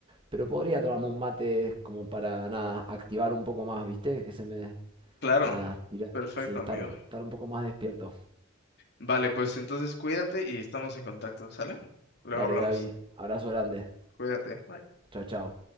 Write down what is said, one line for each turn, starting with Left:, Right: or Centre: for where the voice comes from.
Right: pero podría tomarme un mate como para nada, activar un poco más, ¿viste? Que se me
Left: Claro,
Right: nada, tirar,
Left: perfecto,
Right: sí, estar
Left: amigo.
Right: estar un poco más despierto.
Left: Vale, pues entonces cuídate y estamos en contacto, ¿sale? Luego
Right: Dale,
Left: hablamos.
Right: Gaby, abrazo grande.
Left: Cuídate.
Right: Chao, chao.